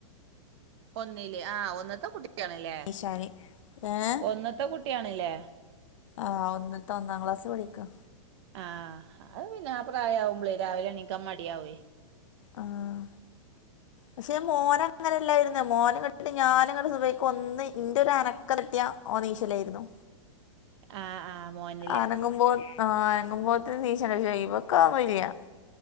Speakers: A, on the right; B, on the left.
A: ഒന്നില് ആഹ് ഒന്ന്ത്തെ കുട്ടിയാ ണ്ല്ലേ
B: നിശാന് ഏഹ്
A: ഒന്ന്ത്തെ കുട്ടിയാണ്ല്ലേ?
B: ആഹ് ഒന്ന്ത്തെ ഒന്നാം ക്ലാസ് പഠിക്കാ
A: ആഹ് അത് പിന്നെ ആ പ്രായമാവുമ്പളേ രാവിലെ എണിക്കാ മടിയാവേ
B: ആഹ് പക്ഷെ മോന് അങ്ങനെല്ലായിരുന്നു മോന് ഞാന് ഇങ്ങട് സുബ്ഹിക്ക് ഒന്ന് ഇന്റെ ഒരു അന ക്കം കിട്ടിയാ ഓൻ നീച്ചലായിരുന്നു
A: ആഹ് ആഹ് മോൻ
B: അനങ്ങുമ്പോ ആഹ് അനങ്ങുമ്പോ ത്തിന്നീച്ചലെയ്യും ഇവക്ക അ വയ്യ